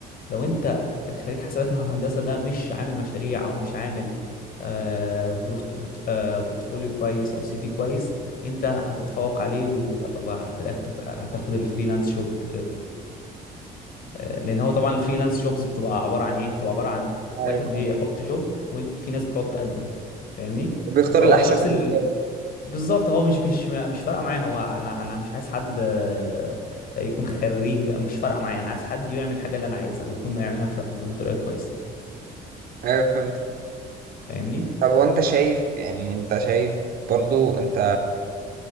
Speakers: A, on the left (about 60°); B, on the right (about 60°).
A: لو انت خريج حاسبات او هندسة ده مش عامل مشاريع او مش عامل آه، بروت- بروت- آه، بورتفوليو كويس او سي في كويس انت هتتفوق عليه و- وفي الاخر هتاخد الفريلانس جوب آه، لان هو طبعا الفريلانس جوبز بتبقى عباره عن ايه بتبقى عباره عن
B: ايوه
A: واحد
B: فهمت.
A: بيحط جوب وفي ناس بتقعد تقدم فاهمني
B: وبيختار
A: فهو
B: الأحسن
A: الشخص
B: بالنسبة
A: اللي
B: له
A: بالظبط هو مش مش مش فارقه معاه هو انا انا مش عايز حد آه، يكون خريج مش فارقه معايا انا عايز حد يعمل الحاجه اللي انا عايزها ويكون بيعملها بش- بطريقه كويسه
B: ايوه فهمت
A: فاهمني
B: طب وانت شايف يعني انت شايف برضو انت